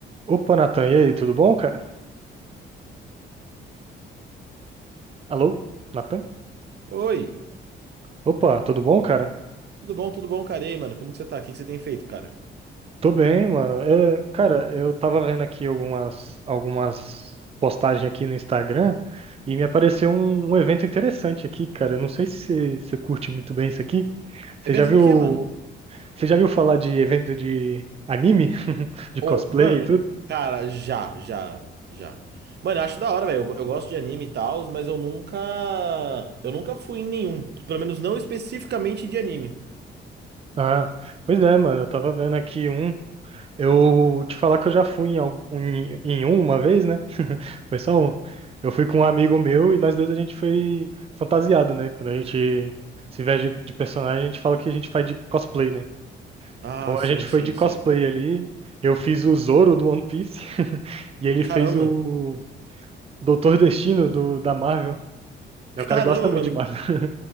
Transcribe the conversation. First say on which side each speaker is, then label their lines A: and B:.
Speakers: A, on the right; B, on the right.
A: Opa, Natan, e aí, tudo bom, cara? Alô, Natan?
B: Oi,
A: Opa, tudo bom, cara?
B: tudo bom, tudo bom, cara? E aí, mano, como que você tá aqui? O que você tem feito, cara?
A: Tô bem, mano. É, cara, eu tava vendo aqui algumas, algumas postagens aqui no Instagram e me apareceu um, um evento interessante aqui, cara. Eu não sei se você você curte muito bem isso aqui. Você
B: Evento
A: já viu,
B: do quê, mano?
A: você já viu falar de evento de anime? <laughs> De
B: Ô,
A: cosplay
B: mano,
A: e tudo?
B: cara, já, já, já. Mano, eu acho da hora, velho. Eu, eu gosto de anime e tal, mas eu nunca. Eu nunca fui em nenhum. Pelo menos não especificamente de anime.
A: Ah, pois é, mano. Eu tava vendo aqui um. Eu te falar que eu já fui em, algu- em, em um uma vez, né? <laughs> Foi só um. Eu fui com um amigo meu e nós dois a gente foi fantasiado, né? Quando a gente se veste de de personagem, a gente fala que a gente faz de cosplay, né?
B: Ah,
A: Então
B: sim,
A: a gente foi
B: sim,
A: de cosplay
B: sim.
A: ali. Eu fiz o Zoro do One Piece <laughs> e ele
B: Caramba!
A: fez o Doutor Destino do, da Marvel.
B: <laughs>
A: É um cara
B: Caramba,
A: que gosta muito
B: mano,
A: de Marvel. <laughs>